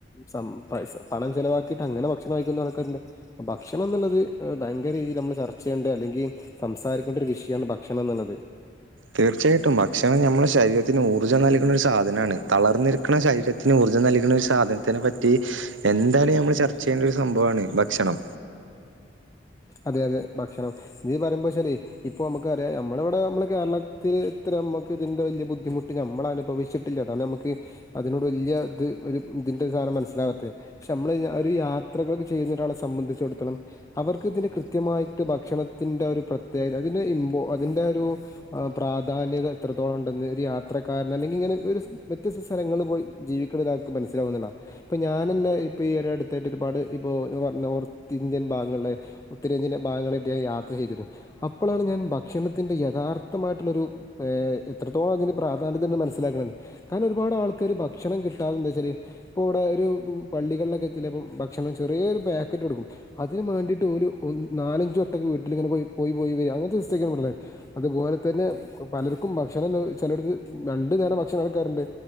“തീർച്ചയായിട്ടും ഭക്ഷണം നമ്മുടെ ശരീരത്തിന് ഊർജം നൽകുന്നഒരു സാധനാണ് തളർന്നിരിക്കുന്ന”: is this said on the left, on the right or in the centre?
Right